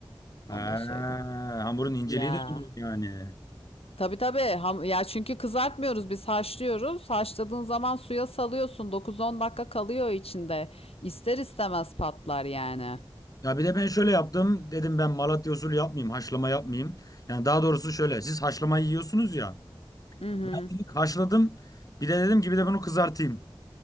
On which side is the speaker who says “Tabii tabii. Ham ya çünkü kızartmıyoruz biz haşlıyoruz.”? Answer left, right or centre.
Left